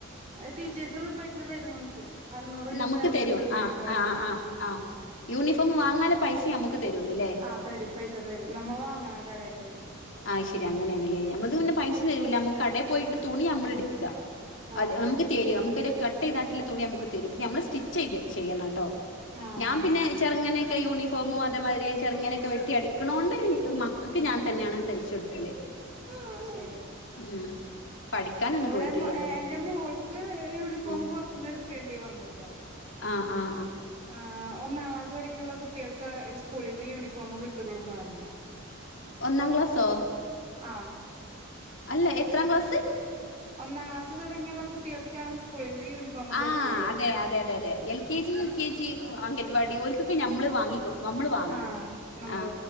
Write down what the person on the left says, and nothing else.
നമുക്ക്
തരും
ആഹ് ആഹ്
ആഹ് ആഹ് യൂണിഫോം വാങ്ങാല പൈസ നമുക്ക് തരുന്നില്ലേ
ആഹ ശരി അങ്ങനെയാണ്ലെ ഞമ്മൾത് പിന്നെ പൈസ തരൂല നമ്മ്ക്ക് കടെപോയിട്ട് തുണി നമ്മള് എട് ക്ക അ
നമ്മ്ക്ക് തരും നമ്മ്ക്ക് ര് കട്ട് കട്ടയ്ത്താണ്ട്ട്ട്ല്ലെ തുണി നമ്മ്ക്ക് തരും പിന്നെ നമ്മള് സ്റ്റിച്ചയ്ത് ചെയ്യണം ട്ടോ
ഞാൻ പിന്നെ ചെറങ്ങനൊക്കെ യുണി ഫോമ് അതേമാതിരി ചെറുങ്ങനൊക്കെ വെട്ടി അടിക്കണോണ്ട് മക്കൾക്ക് ഞാൻ തന്നെയാണ് തയ്ച്ചു കൊടുക്കല്
ഉം പഠിക്കാനൊന്നും
പോയിട്ടില്ലട്ടോ
ആഹ്
ആ് ആ
ഒന്നാം ക്ലാസോ
അല്ല എത്രാം ക്ലാസ്
ആ
അതെ അതെ അതെ അതെ എൽ
കെ G U K G anganwadi ഓൽക്കൊക്കെ ഞമ്മള് വാങ്ങി നമ്മള് വാങ്ങണം
ആ